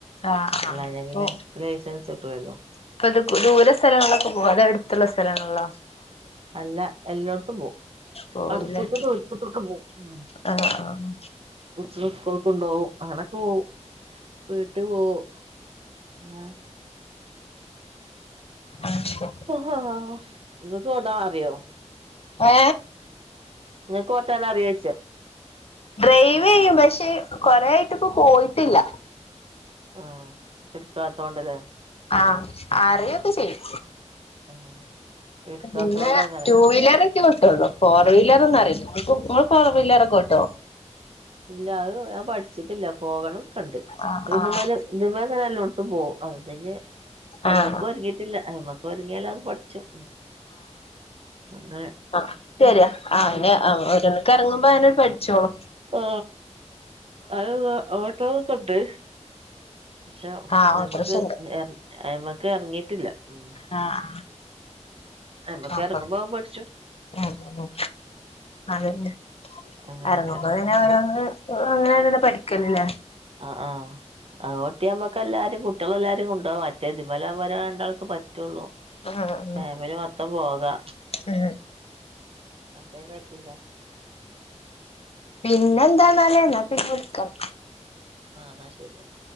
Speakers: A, on the left; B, on the right.
A: ആഹ്
B: അല്ലാഞാ
A: ആഹ് അപ്പൊ
B: പിന്നെ ലൈസൻസ് കിട്ടൂലല്ലോ
A: ഇപ്പൊ ഇത് ദൂര സ്ഥലങ്ങളൊക്കെ പോകോ അതോ അടുത്തുള്ള സ്ഥലങ്ങളിലോ?
B: അല്ല എല്ലോട്ത്തും പോകും
A: പോവുല്ലേ
B: അട്ത്ത്ക്കും ദുരെത്ത്ക്കോക്കൊ പോവും
A: ആഹ് ആഹ്
B: കുട്ടികളെ സ്കൂൾക്ക് കോണ്ടോകും അങ്ങനൊക്കെ പോവും വീട്ട് പോവും ആഹ്
A: അത് ശെരി
B: ഓഹ ഹ ഇങ്ങക്ക് ഓട്ടൻ അറിയോ.
A: ഏ
B: നിങ്ങക്ക് ഓട്ടൻ അറിയോച്ചോ.
A: ഡ്രൈവ് ചെയ്യും പക്ഷെ കൊറെ ആായിട്ടിപ്പ പോയിട്ടില്ല.
B: ആ ഇട്ക്കാത്തോണ്ട്‌ല്ലേ.
A: ആഹ അറിയോക്കെ ചെയ്യും
B: ഉം. ഇട്ക്കാത്തോണ്ട്
A: പിന്നെ
B: അങ്ങനെ.
A: ടു വീലർ
B: ഉം
A: ട്ടി വേട്ടോള്ളൂ ഫോർ വീലരെന്നും അറിയില്ല നക്ക് നിങ്ങൾ ഫോർവിലറക്കെ
B: ഉം.
A: ഓട്ടോ
B: ഇല്ല അഹ്‌ ഞാൻ പഠിച്ചിട്ടില്ല പോകണം കണ്ട്
A: ആഹ്
B: <unintelligible>
A: ആഹ്
B: ഇമാല് ഇത് മേങ്ങനെ യെല്ലെട്ത്തും പോവും അഹ്ണ്ടകി അയ്മ്മക്ക്
A: ആഹ്
B: ഒരുങ്ങിയിട്ടില്ല അയ്മ്മക്ക് ഒരുങ്ങിൽ അത് പഠിച്ചും അങ്ങനെ
A: ആഹ
B: ഉം
A: ശരിയാ ആ അയിന്
B: അൽ
A: അ
B: ആഹ്
A: ഒരന്നക്ക ഇറങ്ങുമ്പോ അങ്ങട് പഠിച്ചോളും
B: ആ അഹ് ഓട്ടോക്കെണ്ട് പക്ഷെ
A: ആഹ്
B: അയ്മക്ക്
A: ഓട്ടോറിക്ഷണ്ട്
B: ഏർ അയ്മക്ക് ഏറങ്ങിട്ടില്ല ഉ
A: ആഹ ആഹ
B: അയ്മക്ക്
A: നാപത്
B: എറങ്ങുമ്പോ അത് പഠിച്ചും
A: ആ ഉ അതന്നെ
B: അങ്ങനൊക്കെ
A: അറങ്ങുമ്പോ
B: ഉം
A: പിന്നെ ഓരോന്ന് അങ്ങനെന്ന പഠിക്കൽല്ലേ.
B: ആഹ ആഹ അതോട്ടി നമ്മക്ക് എല്ലാരും കുട്ടിൾ എല്ലാരും കൊണ്ടവ മറ്റേ ഇതിമലവുമ്പോ ഒരാളെ രണ്ടളെ ഒക്കെ പറ്റുള്ളൂ.
A: ആഹ ഉ
B: ഫാമിലി മൊത്തം പോകാ
A: ഉ.
B: മറ്റേ അയിന് പറ്റൂല.
A: പിന്നെ എന്താന്നല്
B: ആഹ്
A: എന്നാ പിന്നെ വിളിക്ക.
B: ആഹ് എന്നാ ശരിയ വെ